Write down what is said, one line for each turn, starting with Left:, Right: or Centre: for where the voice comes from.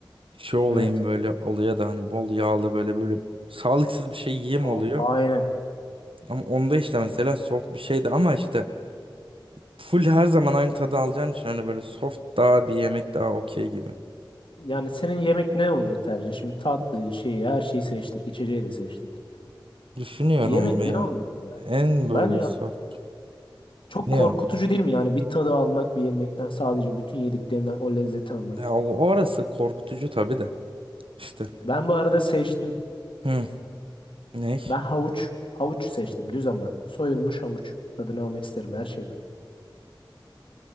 Right: şey olayım
Left: Evet.
Right: böyle oluyor da hani bol yağlı böyle böyle sağlıksız bir şey yiyeyim
Left: A-
Right: oluyor.
Left: aynen.
Right: Ama onda işte mesela soft bir şeydi ama işte full her zaman aynı tadı alacağın için hani böyle soft daha bir yemek daha okey gibi.
Left: Yani senin yemek ne olurdu tercih? Şimdi tatlı şeyi her şeyi seçtik. içeceği de seçtik.
Right: Düşünüyorum
Left: Yemek
Right: ve
Left: ne
Right: ya
Left: olurdu ya?
Right: en böyle
Left: Ben ya-
Right: soft
Left: çok
Right: ne
Left: korkutucu
Right: ya?
Left: değil mi yani bir tadı almak bir yemekten sadece bütün yediklerinden o lezzeti almak.
Right: Ya o- orası korkutucu tabii de işte.
Left: Ben bu arada seçtim.
Right: Hı, ne?
Left: Ben havuç. Havuç seçtim düz ama. Soyulmuş havuç. Tadını almak isterim her şeyden.